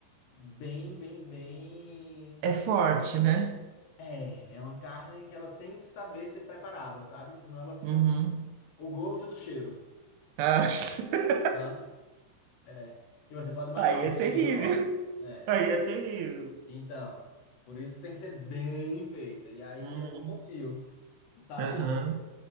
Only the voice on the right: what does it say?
É forte, né?
Uhum.
Ah. <laughs>
Aí
é
terrível.
<laughs>
Aí é terrível.
Hum,
Aham.